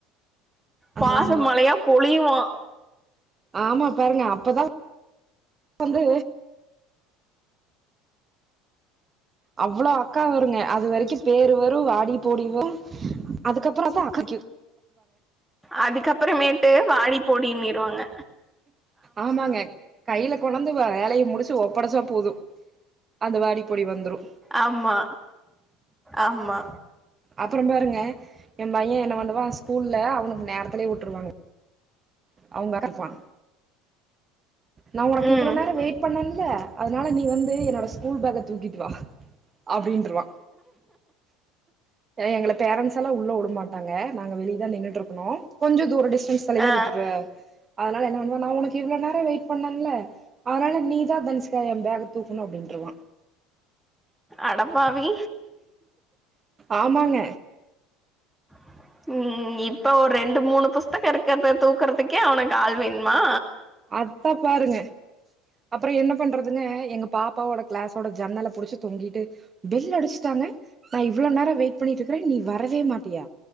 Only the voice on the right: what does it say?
ஆமா
ஆமா பாருங்க அப்பதா வந்து அவ்ளோ அக்கா வருங்க அது வரைக்கு பேரு வரு வாடி போடி வரு அதுக்கப்றோ தா அக்கா
ஆமாங்க கையில கொன்டாந்து வேலையை முடிச்சு ஒப்படச்ச போது அந்த வாடி போடி வந்துரு
அப்றோ பாருங்க ஏ பைய என்ன பண்ணுவா ஸ்கூல்ல அவனுக்கு நேரத்திலயே வுட்ருவாங்க அவுங்க <unintelligible> நா உனக்கு
இவ்ளோ நேரோ வெயிட் பண்ணேன்ல அதனால நீ வந்து என்னோட ஸ்கூல் பேக தூக்கிட்டு வா அப்டின்ருவா எங்கள பேரன்ஸ்லா உள்ள வுடமாட்டாங்க நாங்க வெளியதா நின்னிட்டு இருக்கனு கொஞ்ச தூரோ டிஸ்டன்ஸ்
தா விட்டுரு அதனால என்ன பண்ணுவா நா உனக்கு இவ்ளோ நேரோ வெயிட் பண்ணல அதனால நீதா தனுஷிகா ஏ பேக தூக்கணு அப்டின்ருவா
ஆமாங்க
அத்தா பாருங்க அப்றோ என்ன பண்றதுங்க எங்க பாப்பாவோட கிளாஸோட ஜன்னல புடிச்சு தொங்கிட்டு பெல் அடிச்சுட்டா ங்க நா இவ்ளோ நேரோ வெயிட் பண்ணிட்டு இருக்கறே நீ வரவே மாட்டியா